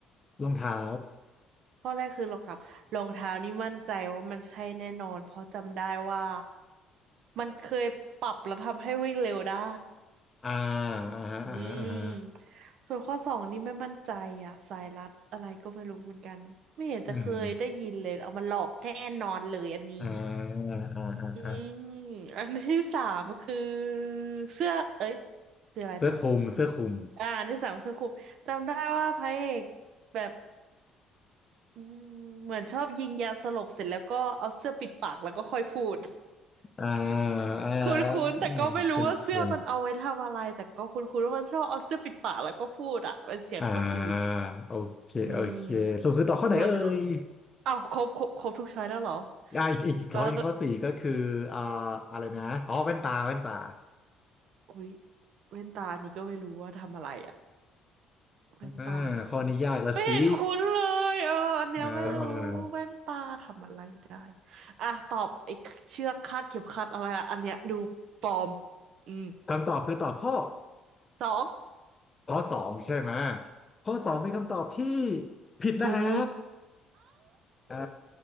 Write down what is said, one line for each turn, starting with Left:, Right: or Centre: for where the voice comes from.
Left: รองเท้า
Right: ข้อแรกคือรองเท้ารองเท้านี่มั่นใจว่ามันใช่แน่นอน เพราะจำได้ว่ามันเคยปรับแล้วทำให้วิ่งเร็วได้
Left: อ่าอ่าฮะอ่าฮะอ่าฮะ
Right: อืมส่วนข้อสองนี่ไม่มั่นใจอ่ะสายลัดอะไรก็ไม่รู้เหมือนกันไม่เห็นจะเคยได้ยินเลยเอามาหลอกแน่นอนเลยอันนี้
Left: อืมอ่าอ่าอ่า
Right: อืมอันที่สามคือเสื้อเอ้ยคืออะไรนะ
Left: เสื้อคลุมเสื้อคลุม
Right: อ่าอันที่สามเสื้อคลุมจำได้ว่าพระเอกแบบอืมเหมือนชอบยิงยาสลบเสร็จแล้วก็เอาเสื้อปิดปากแล้วก็ค่อยพูด <laughs>
Left: อ่าอ่า
Right: คุ้นๆแต่ก็ไม่รู้ว่าเสื้อมันเอาไว้ทำอะไรแต่ก็คุ้นๆว่ามันชอบเอาเสื้อปิดปากแล้วก็พูดอะเป็นเสียงคนอื่น
Left: อืมเกินเกิน อ่าโอเคโอเคสรุปคือต่อบข้อไหนเอ่ย
Right: อืมส่วนอ้าวครบครบครบทุกช้อยแล้วเหรอ
Left: อ่าอีกอีกอีกข้ออีกข้อสี่ก็คืออ่า
Right: แล้ว
Left: อะไรนะอ๋อแว่นตาแว่นตา
Right: อุ๊ยแว่นตานี่ก็ไม่รู้ว่าทำอะไรอะแว่นตาเหรอ
Left: อ่าข้อนี้ยากละสิ
Right: ไม่เห็นคุ้นเลยเอออันเนี้ยไม่รู้แว่นตาทำอะไรได้
Left: เออ
Right: อ่ะตอบไอ้เชือกคาดเข็มขัดอะไรอะอันเนี้ยดูปลอมอืม
Left: คำตอบคือตอบข้อ
Right: สอง
Left: ข้อสองใช่ไหมข้อสองเป็นคำตอบที่ผิดนะฮะ
Right: ถูก
Left: เอ่า